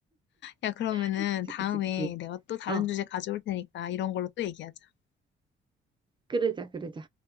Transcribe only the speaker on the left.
야, 그러면은
다음에
내가 또 다른
주제 가져올 테니까 이런 걸로 또 얘기하자.